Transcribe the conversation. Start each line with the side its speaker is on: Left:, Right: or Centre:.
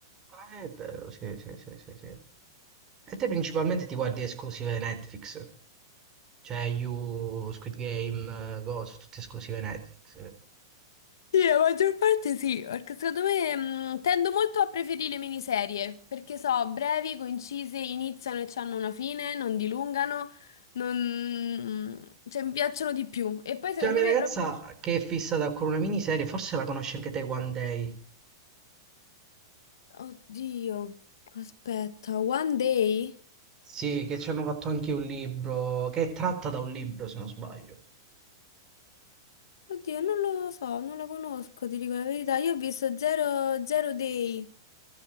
Right: Ah, è vero, sì, sì, sì, sì, sì. E te principalmente ti guardi esclusive Netflix, cioè You, Squid Game, eh, Ghost, tutte esclusive Netflix.
Left: Sì, la maggior parte sì, perché secondo me mh, tendo molto a preferire le miniserie, perché so, brevi, concise, iniziano e hanno una fine, non dilungano, non... cioè mi piacciono di più. E poi secondo
Right: C'è la mia
Left: me
Right: ragazza
Left: proprio...
Right: che è fissata con una miniserie, forse la conosci anche te One Day.
Left: Oddio, aspetta, One Day?
Right: Sì, che ci hanno fatto anche un libro, che è tratta da un libro se non sbaglio.
Left: Oddio, non lo so, non la conosco, ti dico la verità. Io ho visto Zero, Zero Day,